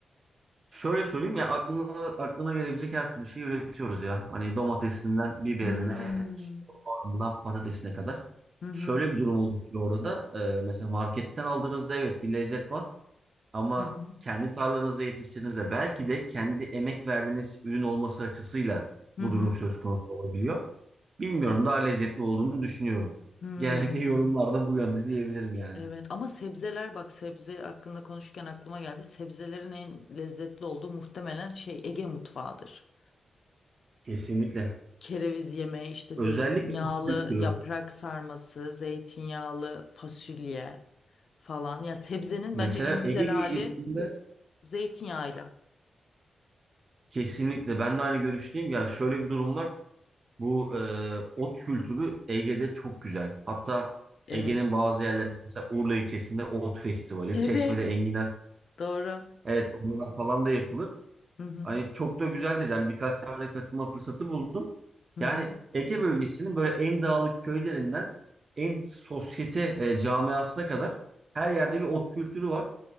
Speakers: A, on the right (about 35°); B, on the left (about 50°).
A: Şöyle söyleyeyim ya aklına, aklına gelebilecek her türlü şeyi üretiyoruz ya. Hani domatesinden biberine,
B: Hmm.
A: soğanından patatesine kadar.
B: Hı hı.
A: Şöyle bir durum oluşuyor orada. Ee, mesela marketten aldığınızda evet bir lezzet var ama
B: Hı hı.
A: kendi tarlanızda yetiştirdiğinizde belki de kendi emek verdiğiniz ürün olması açısıyla
B: Hı
A: bu
B: hı.
A: durum söz konusu olabiliyor. Bilmiyorum daha lezzetli olduğunu düşünüyorum.
B: Hmm.
A: Genellikle yorumlarda bu yönde diyebilirim yani.
B: Evet ama sebzeler bak sebze hakkında konuşurken aklıma geldi. Sebzelerin en lezzetli olduğu muhtemelen şey Ege mutfağıdır.
A: Kesinlikle.
B: Kereviz yemeği işte zeytinyağlı
A: Özellikle bu kültürü.
B: yaprak sarması, zeytinyağlı fasulye falan. Ya sebzenin
A: Mesela
B: bence en güzel
A: Ege
B: hali
A: bölgesinde
B: zeytinyağıyla.
A: Kesinlikle ben de aynı görüşteyim. Ya şöyle bir durum var. Bu e, ot kültürü Ege'de çok güzel. Hatta
B: Evet.
A: Ege'nin bazı yerleri mesela Urla ilçesinde ot festivali,
B: Evet.
A: Çeşme'de enginar,
B: Doğru.
A: evet onlar falan da yapılır.
B: Hı hı.
A: Hani çok da güzeldir. Yani birkaç sefere katılma fırsatı buldum.
B: Hı
A: Yani
B: hı.
A: Ege bölgesinin böyle en dağlık köylerinden en sosyete e, camiasına kadar her yerde bir ot kültürü var.